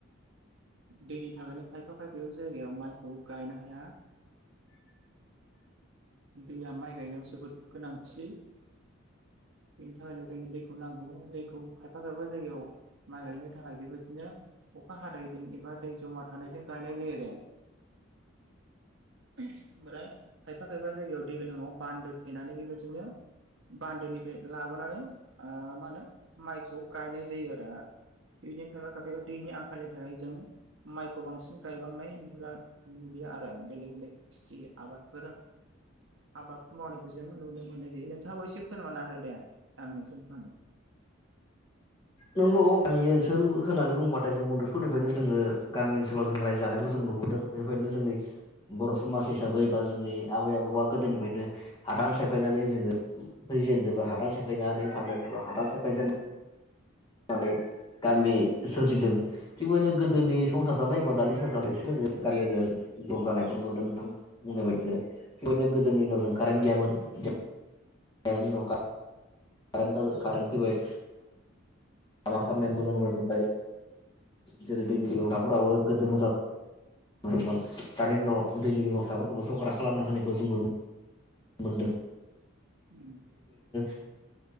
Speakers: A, on the right; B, on the left.
A: दैनि थाखायनो खायफा खायफा सोब जायगायाव माइखौ गायनो हा हाया
B: <inaudible>
A: दैया माइ गायनायाव जोबोद गोनांथि बेनि थाखायनो जोंनो दैखौ नांगौ दैखौ खायफा खायफा जायगायाव माइ गायनो थाखाय बेबायिदनो अखा हादाय <inaudible> जमा थानायजों गायनाय जायो आरो <inaudible> ओमफ्राय खायफा खायफा जायगायाव दै गोनां बान्दो थेनानै बेबायदिनो बान्दोनिफ्राय लाबोनानै मा होनो माइखौ गायनाय जायो आरो बिदि खायफा खायफायाव दैनि आंखालनि नाथाय जों माइखौ बांसिन गायबांनाय होनब्ला नुुलियो आरो बेलेग बेलेग खिसि आबादफोर आबाद मावनायखौजों नुनो मोननाय जायो नोंथाङाबो एसे फोरमानना हो दे गामसो सानदों
B: नोंगौ सोल होन बुंबाथाय जों उन्दु समनिफ्रायनो जों गामि ओनसोलाव जोंया जानायखौ जों नुबोदों बेबायदिनो जोंनि बर' समाज हिसाबै बा जों जोंनि आबै -आबौआ गोदोनिफ्रायनो हादान सिफायनानै जोङो फैजेनदोंबो हादान सेफायनानै थान्दो एबा हादान सेफायजेन। नानै गामि सोरजिदों थिगबायदिनो गोदोनि संसार जानाय एबा दानि संसार जानाय एस जोङो गामियारियाव दग जानायखौ नुदों नोंथां बुंनाय बायदिनो थिगदिनो गोद गोदोनि दिनाव जों कारेन्ट गैयामोन। कारेन्टनि
A: उम
B: उनाव <unintelligible> कारेन्ट कारेन्ट फैबाय। लामा आसामनाया मोजां जाजो ओमफाय जेरै दैनि <unintelligible> <unintelligible> मोनदोंमोन दानि दिनाव दैनि बेब'स्थाफोरखौबो सरकारा खालामनो होनानायखौ जोङो नुनो मोनदों।
A: उम
B: <unintelligible>